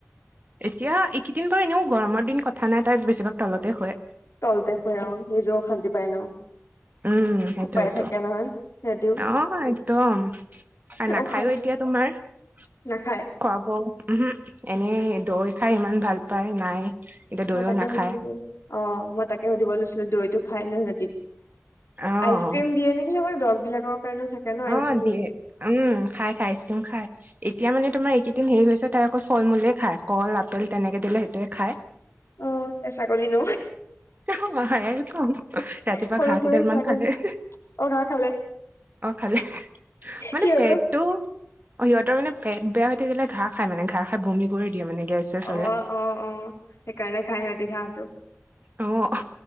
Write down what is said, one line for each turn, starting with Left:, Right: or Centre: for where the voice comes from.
Right: এতিয়া এইকেইদিন বাৰু এনেও গৰমৰ দিন কথা নাই তাই বেছিভাগ তলতে হয়।
Left: তলতে শুৱে নিজেও অশান্তি পাই নও
Right: উম সেইটোয়েটো
Left: খুব পাই থাকে নহয়। সিহঁতিও
Right: অ একদম আৰু নাখায়ো
Left: অশান্তি
Right: এতিয়া তোমাৰ খুৱাব
Left: নাখায়
Right: উ এনেই দৈ খাই ইমান ভাল পায় নাই। এতিয়া দৈও
Left: মই তাকে
Right: নাখায়
Left: সুধিব অ মই তাকে সুধিব লৈছিলো দৈটো খাই ন সিহঁতি
Right: অ'
Left: আইচক্ৰীম দিয়ে নেকি হয় দৰৱ বিলাকৰ কাৰণেও থাকে। ন আইচক্ৰীম
Right: অ দিয়ে উম খাই খাই আইচক্ৰীম খাই। এতিয়া মানে তোমাৰ এইকেইদিন হেৰি হৈছে তাই অকল ফল মূলেই খায় কল আপেল তেনেকে দিলে সেইটোৱে খায়।
Left: অ তে ছাগলী ন।
Right: হ কম ৰাতিপুৱা
Left: সৰু
Right: ঘাঁহ
Left: সুৰা
Right: কেইডালমান
Left: ছাগলী
Right: খালে।
Left: অ ঘাঁহ খালে
Right: অ খালে মানে
Left: সিহঁতক
Right: পেটটো অ সিহঁতৰ মানে পেট বেয়া হৈ থাকিলে ঘাঁহ খাই মানে ঘাঁহ খাই বমি কৰি দিয়ে মানে গেছ চেছ
Left: অ
Right: হলে
Left: অ অ সেইকাৰণে খাই সিহঁতে ঘাঁহটো
Right: অ